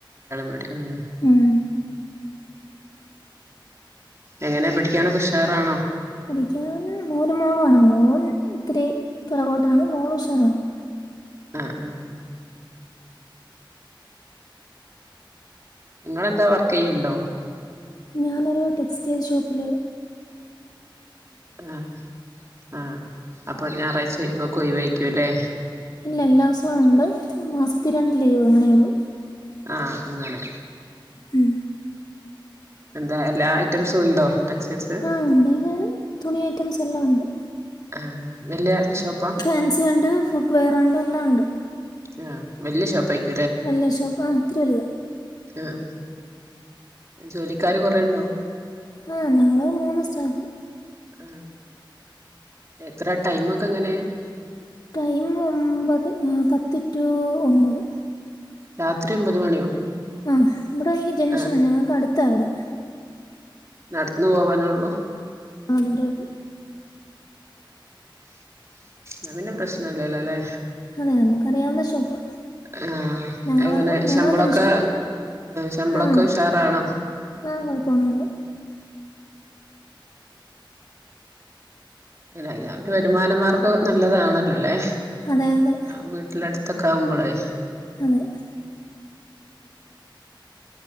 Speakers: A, on the right (about 35°); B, on the left (about 50°).
A: മീഡിയം ആഹ്
B: ഉം
A: എങ്ങനെയാ പഠിക്കാനോ ക്കേ ഉഷാറാണോ
B: പഠിക്ക മോന് മോളു ആണ് മോന് ഇത്തിരി പിറകോട്ടാണ് മോളു ഉഷാറാണ്
A: ആ ഉ നിങ്ങെളെ ന്താ വർക്ക് ചെയ്യുണ്ടോ
B: ഞാനൊരു ടെക്സ്റ്റൈൽ ഷോപ്പില്
A: ആ ആ അപ്പൊ ഞായറാഴ്ച ഇങ്ങക്ക് ഒഴിവാരികുമല്ലേ
B: ഇല്ല എല്ലാ ദിവസവും ഉണ്ട് മാസത്തിൽ രണ്ട് ലീവ് അങ്ങനെയുള്ളൂ
A: ആഅങ്ങനെ
B: ഉം
A: എന്താ എല്ലാ ഐറ്റംസും ഉണ്ടോ ടെക്സ്റ്റൈൽസ്
B: ആഹ ഉണ്ട്ൻ തുണി ഐറ്റംസ് എല്ലാം ഉണ്ട്
A: ആഹ് വല്യ ഷോപ്പാ
B: ഫാൻസിയുണ്ട് ഫുഡ്‌വെറുണ്ട് എല്ലാമുണ്ട്
A: ആഹ വെല് ഷോപ്പ് ആ
B: വലിയ ഷോപ്പ് ആ ഇത്തിരി വലുതാ
A: ആഹ ജോലിക്കാര് കൊറെുണ്ടോ
B: ആഹ ഞങ്ങള് മൂന്ന് സ്റ്റാഫ്
A: ആ എത്ര ടൈമൊക്കെ എങ്ങനെ
B: ടൈം ഒമ്പത് ഒ പത്ത് ടു ഒമ്പത്
A: രാത്രി അമ്പത് മണിയോ
B: ആ ഇവിടെ എനിക്ക് ജംഗ്ഷൻ
A: ആഹ്
B: ഉണ്ട് ഞങ്ങൾക്ക് അടുത്താ അവിടെ
A: നടന്നു പോവാനള്ളു
B: അതെ
A: നവിന്റെ പ്രശ്നല്ലല്ലോ അല്ലെ
B: അതെ നമുക്കറിയാവുന്ന ഷോപ്പ്
A: ആഹ
B: ഞങ്ങളെ
A: എങ്ങനെ
B: റോ
A: ശമ്പളമൊക്കെ
B: ഞങ്ങളെ ജംഗ്ഷൻ
A: ശമ്പളമൊക്കെ
B: ആ
A: ഉഷാറാണോ <inaudible>
B: ആ കുഴപ്പമൊന്നുമില്ല
A: അല്ല അത അവര് വരുമാന മാർഗ്ഗം നല്ലതാണല്ലോ അല്ലെ
B: അതെ അതെ
A: ആ വീട്ടിലടുത്ത് ഇത്തക്ക ആവുമ്പോളേ
B: <inaudible>